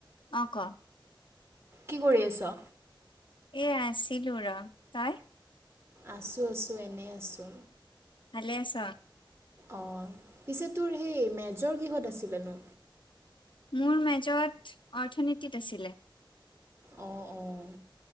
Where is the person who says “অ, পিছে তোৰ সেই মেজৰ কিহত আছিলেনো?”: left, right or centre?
Right